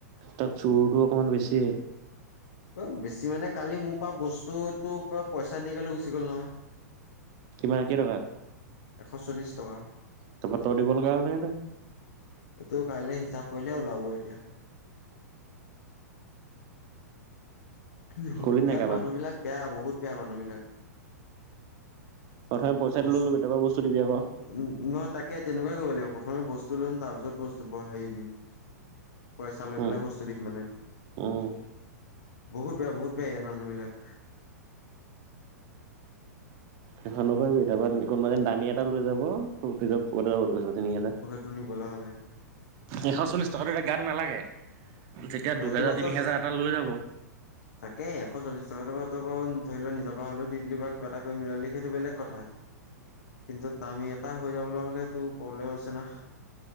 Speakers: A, on the right (about 40°); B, on the left (about 65°).
A: তাত চোৰটো অকণমান বেছি।
B: অ', বেছি মানে কালি মোৰ পৰা বস্তুতটো পৰা পইচা নিদিয়াকৈ গুচি গ'ল নহয়।
A: কিমান কেই টকা?
B: এশ চল্লিছ টকা।
A: তাপা তই দিব লগা হ'ল নে নে
B: এইটো কাইলৈ হিচাপ কৰিলে ওলাব এতিয়া কি হয়
A: কলি
B: ইয়াত
A: নাই কাৰোবাক?
B: মানুহ বিলাক বেয়া বহুত বেয়া মানুহবিলাক।
A: প্ৰথমে পইচাটো
B: বস
A: লৈ ল'বি তাপা বস্তু দিবি আকৌ।
B: উম' ম তাকে তেনেকুৱাই কৰিব লাগিব। প্ৰথমে বস্তু ল'ম তাৰপিছত বস্তু হেৰি দিম পইচা লৈ
A: উম,
B: পেলাই বস্তু দিম মানে।
A: উম।
B: বহুত বেয়া বহুত বেয়া ইয়াত মানুহবিলাক।
A: সেইখন নকৰিবি তাৰপৰা কোনোবা দিনা দামী এটা লৈ যাব তোৰ ওপৰতে যাব দুই তিনি হাজাৰ টকা।
B: টো নিবলৈ হ'লে।
A: এশ চল্লিশ টকাতটো এতিয়া গাত নালাগে, যেতিয়া
B: অ
A: দুহেজাৰ
B: এইটো বাৰু
A: তিনি
B: তই
A: হেজাৰ এটা লৈ যাব
B: তাকে, এশ চল্লিশ টকাটো বাৰু তই বাৰু ধৰি ল' নিজৰ পৰা হ'লেও দি দিলি বা কিবা এটা মিলালি সেইটো বেলেগ কথা। কিন্তু আমি <unintelligible> এটা হৈ যাবলৈ হ'লেতো প্ৰব্লেম আছে না।